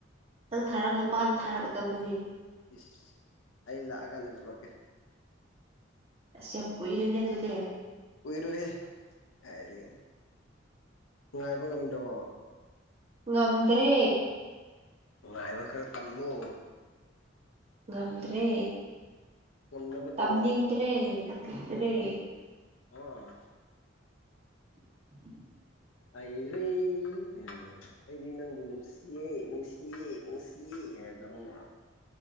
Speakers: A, on the right (about 30°); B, on the left (about 85°).
A: ꯅꯪ ꯊꯥꯔꯛꯑ ꯅꯨꯄꯥꯅ ꯊꯥꯔꯛꯀꯗꯕꯅꯦ
B: ꯏꯁ ꯑꯩ ꯂꯥꯛꯑꯀꯥꯟꯗ ꯄꯨꯔꯛꯀꯦ
A: ꯑꯁ ꯌꯥꯝ ꯀꯨꯏꯔꯤꯅꯦ ꯑꯗꯨꯗꯤ
B: ꯀꯨꯏꯔꯣꯏꯍꯦ ꯀꯥꯏꯗꯩ ꯉꯥꯏꯕ ꯉꯝꯗꯔ꯭ꯕꯣ
A: ꯉꯝꯗ꯭ꯔꯦ
B: ꯉꯥꯏꯕ ꯈꯔ ꯇꯝꯃꯨ
A: ꯉꯝꯗ꯭ꯔꯦ
B: ꯉꯝꯅꯕ
A: ꯇꯝꯅꯤꯡꯗ꯭ꯔꯦ
B: ꯇꯧꯑꯣ
A: ꯇꯥꯛꯄꯤꯗ꯭ꯔꯦ
B: ꯑꯥ
A: <unintelligible>
B: ꯑꯩꯔꯤ <unintelligible> ꯑꯩꯗꯤ ꯅꯪꯕꯨ ꯅꯨꯡꯁꯤꯌꯦ ꯅꯨꯡꯁꯤꯌꯦ ꯅꯨꯡꯁꯤꯌꯦ ꯍꯥꯏꯕꯗꯣ ꯈꯪꯕꯔ